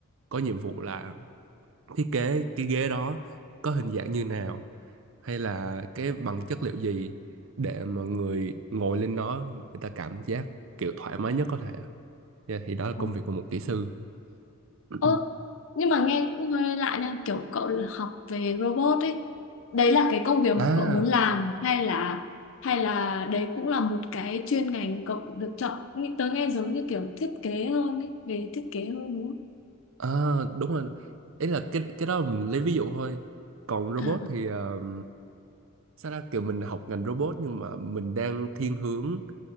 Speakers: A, on the right; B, on the left.
A: có nhiệm vụ là thiết kế cái ghế đó có hình dạng như nào hay là cái bằng chất liệu gì để mà người ngồi lên nó người ta cảm giác kiểu thoải mái nhất có thể Dạ, thì đó là
B: Ừ.
A: công việc của một kỹ sư <clears throat>
B: Ơ, nhưng mà nghe cũng hơi lạ nha, kiểu cậu là học về robot ấy. Đấy là cái công việc mà
A: à
B: cậu muốn làm hay là hay là đấy cũng là một cái chuyên ngành cậu được chọn. Nghĩ- Tớ nghe giống như kiểu thiết kế hơn ấy, về thiết kế hơn đúng không?
A: À, đúng rồi. Ý là cái cái đó mình lấy ví dụ thôi. Còn robot
B: À,
A: thì uh, sao ra kiểu mình học ngành robot nhưng mà mình đang thiên hướng